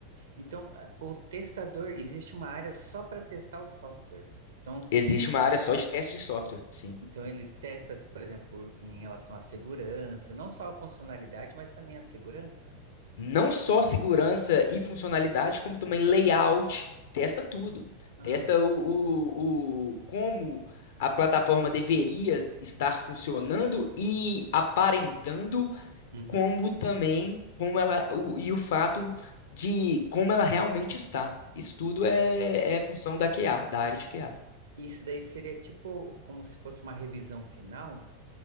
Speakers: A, on the right; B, on the left.
A: então ah, o testador existe uma área só para testar o software. Então,
B: Existe uma área só de teste de software, sim.
A: então eles testam, por exemplo, em relação à segurança, não só a funcionalidade, mas também a segurança.
B: Não só segurança e funcionalidade, como também layout. Testa tudo.
A: Ah,
B: Testa o, o, o- como a plataforma deveria estar funcionando e aparentando,
A: uhum.
B: como também como ela o, e o fato de como ela realmente está. Isso tudo é, é função da QA, da área de QA.
A: Isso daí seria tipo como se fosse uma revisão final.